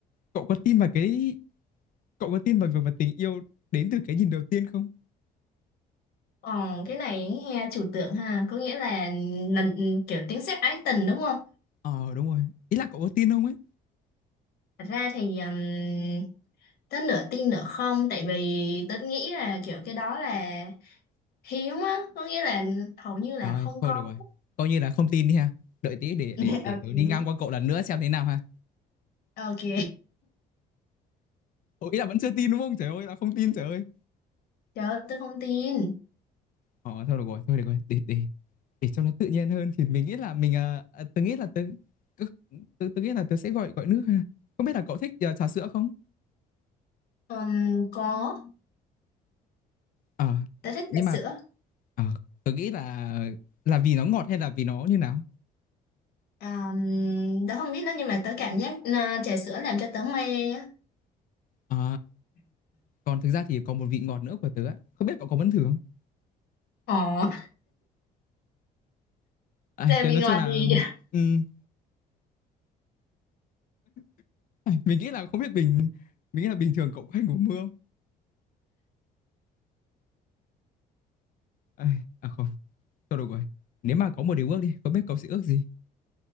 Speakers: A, on the left; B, on the left.
A: cậu có tin vào cái, cậu có tin vào việc mà tình yêu đến từ cái nhìn đầu tiên không?
B: Ồ, cái này he chủ tượng ha, có nghĩa là lần kiểu tiếng sét ái tình đúng không?
A: Ờ đúng rồi. Ý là cậu có tin không ấy?
B: Thật ra thì um, tớ nửa tin nửa không, tại vì tớ nghĩ là kiểu cái đó là hiếm á, có nghĩa là hầu như là
A: Rồi,
B: không
A: thôi
B: có.
A: được rồi. Coi như là không tin đi ha. Đợi tí để
B: <laughs>
A: để để
B: Ok.
A: tớ đi ngang qua cậu lần nữa xem thế nào ha.
B: Ok,
A: Ủa, ý là vẫn chưa tin đúng không? Trời ơi, là không tin trời ơi.
B: trời ơi, tớ không tin.
A: Ờ thôi được rồi, thôi được rồi, để để để cho nó tự nhiên hơn thì mình nghĩ là mình à, à, tớ nghĩ là tớ tớ, tớ tớ nghĩ là tớ sẽ gọi gọi nước ha. Không biết là cậu thích à, trà sữa không?
B: Ừm, có,
A: Ờ.
B: tớ thích
A: nhưng
B: trà
A: mà
B: sữa.
A: ờ, tớ nghĩ là là vì nó ngọt hay là vì nó như nào?
B: À, tớ không biết đó nhưng mà tớ cảm giác à, trà sữa làm cho tớ mê á.
A: Ờ, còn thực ra thì còn một vị ngọt nữa của tớ á. Không biết cậu có muốn thử không?
B: Ồ,
A: À,
B: Là
A: thế
B: vì
A: nói
B: ngoài
A: chung là
B: gì
A: ừm, <laughs> mình nghĩ là không biết bình mình nghĩ là bình thường cậu có hay ngủ mưa không? Ai, à không, Thôi được rồi. Nếu mà có một điều ước đi, không biết cậu sẽ ước gì?